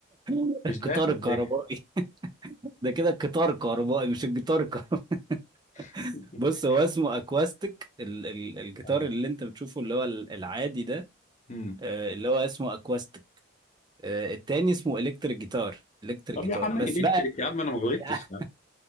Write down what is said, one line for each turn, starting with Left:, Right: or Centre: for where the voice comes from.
Right: <laughs>
Left: مش
Right: القطار
Left: ده ولا
Right: الكهربائي
Left: ايه
Right: ده كده القطار الكهربائي مش الجيتار الكهربائي
Left: <laughs>
Right: <laughs> بص هو اسمه اكواستيك ال... ال... الجيتار
Left: اه
Right: اللي انت بتشوفه اللي هو ال- العادي ده
Left: امم
Right: آه، اللي هو اسمه اكواستيك آه، التاني اسمه الكتريك جيتار الكتريك
Left: طب
Right: جيتار
Left: يا عم
Right: بس
Left: الكتريك
Right: بقى
Left: يا عم انا ما غلطتش
Right: <laughs>
Left: يا عم